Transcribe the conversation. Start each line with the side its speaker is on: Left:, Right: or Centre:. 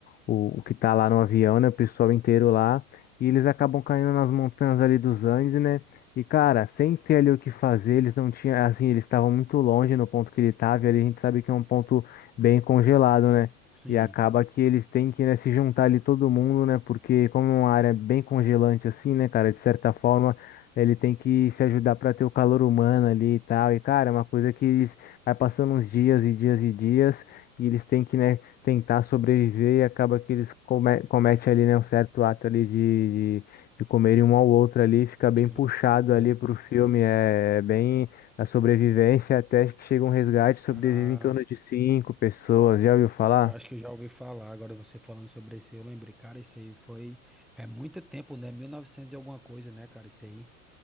Left: o, o que tá lá no avião, né? O pessoal inteiro lá. E eles acabam caindo nas montanhas ali dos Andes, né? E cara, sem ter ali o que fazer, eles não tinham, assim, eles estavam muito longe no ponto que ele tava, e ali a gente sabe que é um ponto bem congelado, né?
Centre: sim,
Left: E acaba que eles têm que, né, se juntar ali todo mundo, né? Porque como é uma área bem congelante assim, né, cara, de certa forma. Ele tem que se ajudar para ter o calor humano ali e tal. E, cara, é uma coisa que eles vai passando uns dias e dias e dias, e eles têm que, né, tentar sobreviver e acaba que eles come cometem ali, né, um certo ato ali de, de, de comerem um ao outro ali, fica bem
Centre: que loucura.
Left: puxado ali pro filme, é é bem a sobrevivência até que chega um resgate, sobrevive
Centre: Ah,
Left: em torno de cinco pessoas, já ouviu falar?
Centre: eu acho que eu já ouvi falar. Agora você falando sobre isso, aí, eu lembrei, cara, isso aí foi. É muito tempo, né? 1900 e novecentos e alguma coisa, né, cara? Isso aí.